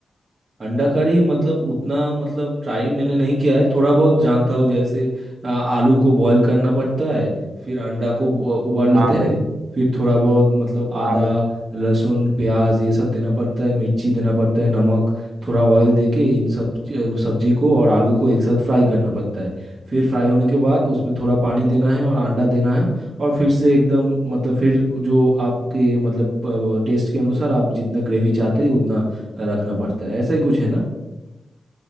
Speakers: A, on the right; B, on the right.
A: अंडा करी मतलब उतना मतलब ट्राई मैंने नहीं किया है थोड़ा बहुत जानता हूँ जैसे आ, आलू को बॉईल करना पड़ता है फिर अंडा को उ- उबाल लेते
B: हाँ भाई
A: हैं फिर थोड़ा बहुत मतलब आदा
B: हाँ भाई
A: लहसुन प्याज ये सब देना पड़ता है मिर्ची देना पड़ता है नमक थोड़ा ऑयल देके इन सब च- सब्जी को और आलू को एक साथ फ्राई करना पड़ता है फिर फ्राई होने के बाद उसमें थोड़ा पानी देना है और अंडा देना है और फिर से एकदम मतलब फिर जो आपके मतलब टेस्ट के अनुसार आप जितना ग्रेवी चाहते हैं उतना रखना पड़ता है ऐसा ही कुछ है ना